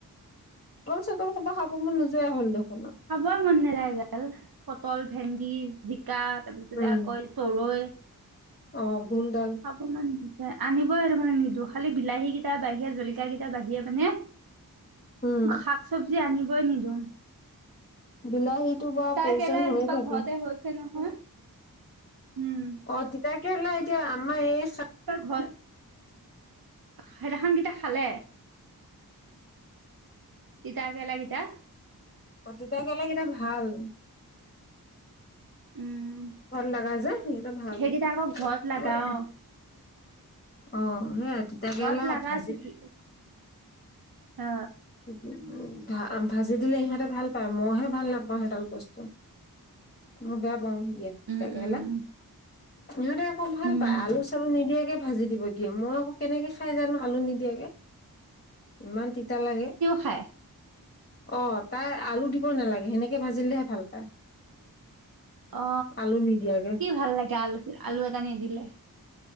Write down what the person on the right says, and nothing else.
খাবই মন নাযায় <unintelligible> পটল ভেন্দি জি জিকা তাৰপিছতে
আকৌ এই তৰৈ।
খাব মন নাজাই আনিবই সেইটো কাৰণে নিদো খালি বিলাহী কি কেইটা বাঢ়িয়া জলকীয়া কেইটা বাঢ়িয়ে মানে।
শাক চবজি আনিবই নিদিওঁ।
কেৰেলা এজোপা
ঘৰতে হৈছে নহয়। উম,
হয়। সেইদিনাখন কেইটা খালে। তিতাকেৰেলা কিটা।
উম
সেইকেইটা আকৌ ঘৰত লাগাও
ঘৰত লগা
চিকি অ।
উম উম
উম
<inaudible>
অ,
কি ভাল লাগে আলু, আলু এটা নিদিলে।